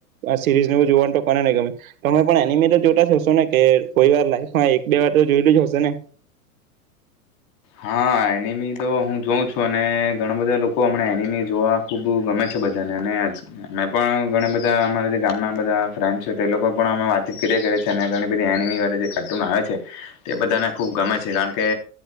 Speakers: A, on the right; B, on the left.
A: અ સિરીઝને જોવાનું કોને નગમે. તમે પણ એનીમી તો જોતા જ હશો ને? કે કોઈ વાર લાઈફમાં એક બે વાર તો જોયલું જ હશેને?
B: હા એનિમી તો હું જોઉં છું. અને ઘણા બધા લોકો હમણા એનિમી જોવા ખુબ ગમે છે બધાને. મેં પણ ઘણા બધા અમારા જે ગામના બધા ફ્રેન્ડ છે, તે લોકો પણ અમે વાતચીત કરી કર છે. અને ઘણી બધી એનિમી કરતમાં આવે છે. તે બધાને ખુબ ગમે છે કારણ કે